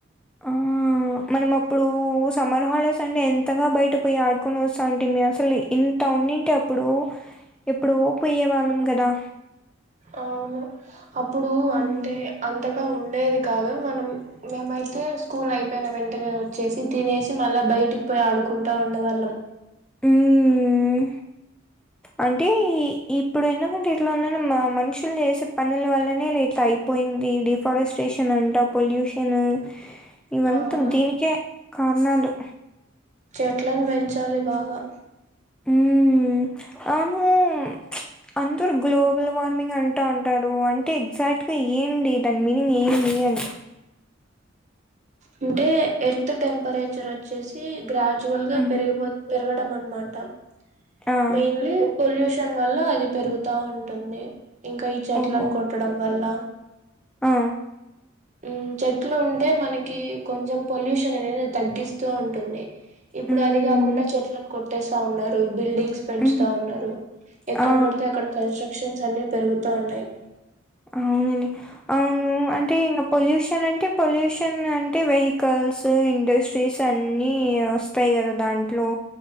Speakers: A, in the centre; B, on the right (about 40°).
A: ఆ మనం అప్పుడు సమ్మర్ హాలిడేస్ అంటే ఎంతగా బయట పోయి ఆడుకొని వస్తా అంటే మ అసలు ఇంత ఉండింటే అప్పుడు ఎప్పుడో పోయ్యే వాళ్ళం కదా
B: అవును అప్పుడు
A: మ్మ్.
B: అంటే అంతగా ఇంకా ఉండేది కాదు మనం మేమైతే స్కూల్ అయిపోయిన వెంటనే వచ్చేసి తినేసి మళ్ళా బయటకి పోయి ఆడుకుంటా ఉండేవాళ్ళం
A: ఉమ్ అంటే ఇప్పుడు ఎందుకంటే ఎట్లా ఉన్నా మా మనుషులు చేసే పనుల వల్లనే లేట్లా అయిపోయింది డిఫారెస్ట్రేషన్ అంట పొల్యూషన్ ఇవంతా
B: అవును
A: దీనికే కారణాలు
B: చెట్లను పెంచాలి బాగా
A: ఉమ్ అవును ప్చ్ అందరూ గ్లోబల్ వార్మింగ్ అంటూ ఉంటారు అంటే ఎగ్జాక్ట్గా ఏంటి దాని మీనింగ్ ఏమి అని
B: అంటే ఎర్త్ టెంపరేచర్ వచ్చేసి గ్రా యాక్చువాల
A: మ్మ్.
B: పెరిగి పెరగడం అనమాట
A: ఆ
B: మెయిన్లీ పొల్యూషన్ న్ వల్ల అది పెరుగుతా ఉంటుంది ఇంకా ఈ చెట్లను
A: ఓహో!
B: కొట్టడం వల్ల
A: ఆ!
B: ఉమ్ చెట్లు ఉంటే మనకి కి కొంచెం పొల్యూషన్ అనేది తగ్గిస్తూ ఉంటుంది. ఇప్పుడు
A: హ్మ్.
B: అది కాకుండా చెట్లను కొ ట్టేస్తా ఉన్నారు. బిల్డింగ్స్ పెంచుతా
A: హ్మ్.
B: ఉన్నరు, ఎక్కడ
A: ఆ!
B: పడితే అక్కడ కన్స్ట్రక్షన్స్ అన్ని పెరుగుతా ఉన్నయి.
A: అవునండి అవును అంటే ఇంకా పొల్యూషన్ అంటే పొల్యూషన్ అంటే వెహికల్స్ ఇండస్ట్రీస్ అన్ని వస్తయి కదా దాంట్లో.